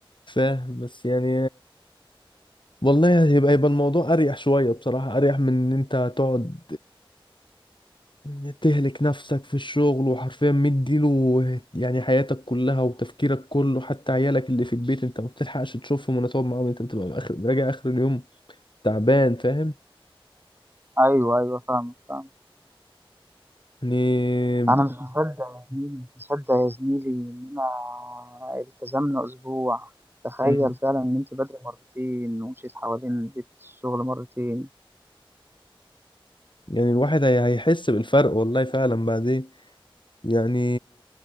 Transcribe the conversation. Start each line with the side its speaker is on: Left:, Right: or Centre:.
Left: فاهم بس يعني والله هيبقى يبقى الموضوع اريح شويه بصراحه اريح من ان انت تقعد آه، تهلك نفسك في الشغل وحرفيا مديله يعني حياتك كلها وتفكيرك كله حتى عيالك اللي في البيت انت ما بتلحقش تشوفهم ولا تقعد معاهم انت بتبقى اخر راجع اخر اليوم تعبان فاهم
Right: ايوه ايوه فاهمك فاهم
Left: يعني م-
Right: انا مش مصدق يا زميلي مش مصدق يا زميلي اننا التزمنا اسبوع تخيل
Left: م-
Right: فعلا ان انت بدري مرتين ومشيت حوالين بيت الشغل مرتين
Left: يعني الواحد هي- هيحس بالفرق والله فعلا بعدين يعني